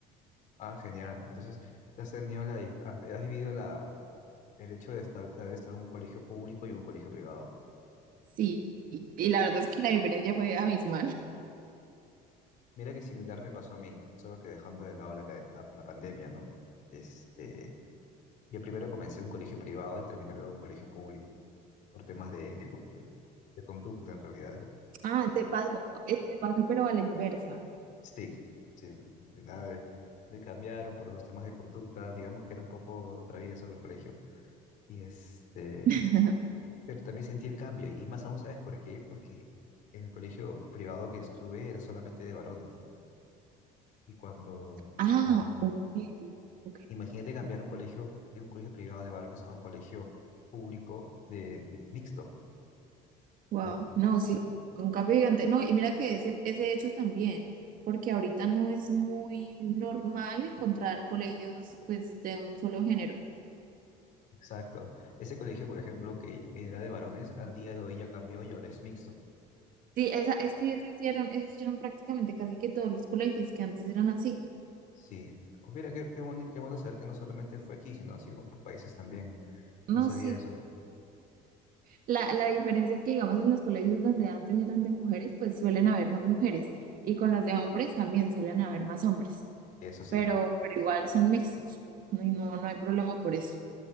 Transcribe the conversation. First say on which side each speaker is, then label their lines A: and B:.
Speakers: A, on the left (about 50°); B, on the right (about 55°).
A: Ah, genial. Entonces, has tenido la, di- has has vivido la, el hecho de, esta- de haber estado en un colegio público y un colegio privado.
B: Sí, y la verdad es que la diferencia fue abismal. <laughs>
A: Mira que similar me pasó a mí, solo que dejando de lado la, ca- la, la pandemia, ¿no? Este, yo primero comencé en un colegio privado y terminé luego en un colegio público, por temas de, de conducta en realidad.
B: Ah, te paso, eh, te paso, pero a la inversa.
A: Sí, sí, al final eh, me cambiaron por unos temas de conducta, digamos que era un poco travieso en el colegio, y este,
B: <laughs>
A: pero también sentí el cambio, y más aún, ¿sabes por qué? Porque en el colegio privado que estuve era solamente de varones, y cuando,
B: Ah,
A: cam-
B: ok, ok,
A: imagínate
B: interesante.
A: cambiar un colegio, de un colegio privado de varones a un colegio público de, de- mixto.
B: Wow,
A: Claro.
B: no, sí, con cambio gigante. No, y mira que ese, ese hecho también, porque ahorita no es muy normal encontrar colegios pues de un solo género.
A: Exacto. Ese colegio, por ejemplo, que, que era de varones, al día de hoy ya cambió y ahora es mixto.
B: Sí, esa, es que eso hicieron, eso hicieron prácticamente casi que todos los colegios que antes eran así.
A: Sí. Pues mira, qué, qué, boni- qué bueno saber que no solamente fue aquí, sino así en otros países también.
B: No,
A: No sabía
B: sí,
A: eso.
B: La, la diferencia es que, digamos, en los colegios donde antes eran de mujeres, pues suelen haber más mujeres. Y con los de hombres también suelen haber más hombres.
A: Eso sí.
B: Pero, pero igual son mixtos. No, y no, no hay problema por eso.